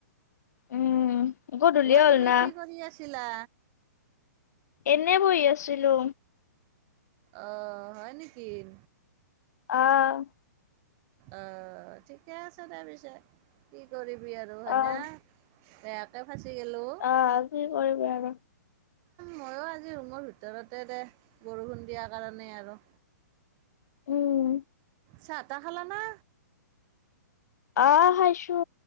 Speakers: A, on the left; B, on the right.
A: উম গধূলিয়ে
B: অ
A: হ'ল
B: তুমি
A: না
B: কি কৰি আছিলা?
A: এনে বহি আছিলো।
B: অহ হয় নেকিন
A: অ
B: অ ঠিকে আছে দে পিছে কি কৰিবি আৰু হয়
A: আহ
B: না। বেয়াকে ফাচি গেলো। এ
A: আহ কি কৰিবি আৰু
B: ময়ো আজি ৰুমৰ ভিতৰতে দে বৰষুণ দিয়া কাৰণে আৰু
A: উম
B: চাহ তাহ খালা না
A: অহ হাইছো।